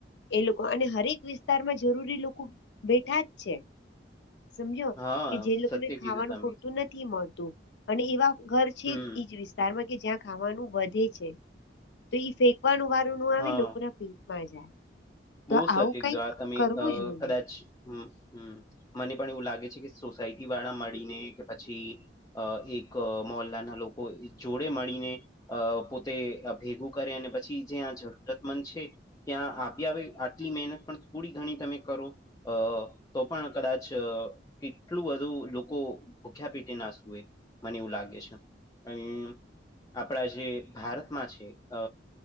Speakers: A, on the left; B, on the left.
A: એ લોકો અને હરેક વિસ્તાર માં જરૂરી લોકો બેઠા જ છે. સમજો
B: હા
A: કે જે લોકોને
B: સત્ય કીધું
A: ખાવાનું
B: તમે
A: પૂરતું નથી મળતુ અને એવા ઘર છે
B: હમ
A: એજ વિસ્તારમાં કે જ્યાં ખાવાનુ વધે છે. તો ઈ ફેંકવાનું વાર ન આવે,
B: હા
A: લોકો ના પેટમાં જાય. તો
B: બહુ સત્ય
A: આવું
B: કીજો
A: કઈક
B: આ તમે
A: કરવું જોઈએ.
B: કદાચ હમ્મ મને પણ એવું લાગે છે કે, સોસાયટી વાળા મળીને કે પછી અ એક મોલ્લાના લોકો જોડે મળીને. અ પોતે ભેગું કરે, અને પછી જ્યા આ જરૂરતમંદ છે. ત્યાં આપી આવે. આટલી મહેનત પણ થોડી ઘણી તમે કરો, અ તો પણ કદાચ. કેટલું બધું લોકો ભૂખ્યા પેટી ના સુુંવે. મને એવું લાગે છે. અ આપણા જે ભારતમાં છે. અ